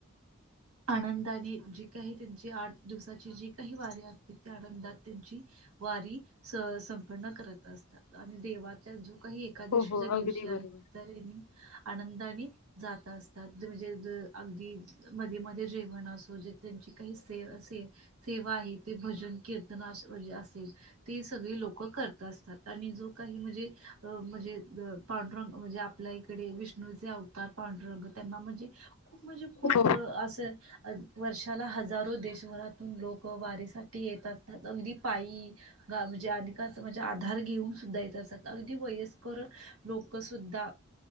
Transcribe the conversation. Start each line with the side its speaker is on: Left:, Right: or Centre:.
Left: ह
Right: आनंदाने जी काही त्यांची आठ दिवसाची जी काही वारी असते ती आनंदात त्यांची वारी संपन्न करत असतात आणि देवाचा जो काही एकादशीच्या
Left: हो हो
Right: दिवशी
Left: अगदी बरोबर
Right: आहे तर आनंद आणि जाता असतात म्हणजे अगदी मध्ये मध्ये जेवण असो जे त्यांची काही से असेल सेवा आहे ते भजन कीर्तनाश वजे असेल तेी सगळी लोकं करत असतात आणि जो काही म्हणजे म्हणजे पांडुरंग म्हणजे आपल्या इकडे विष्णूचे आ तार पांढुरंग त्यांना म्हणजे खूप म्हणजे खूप
Left: हो
Right: असं वर्षाला हजारो देशभरातून लोक वारीसाठी येत असतात अगदी पायी ग म्हणजे अ का असं माणझे आधार घेऊन सुद्धा येत असतात अगदी वयस्कर लोक सुुद्धा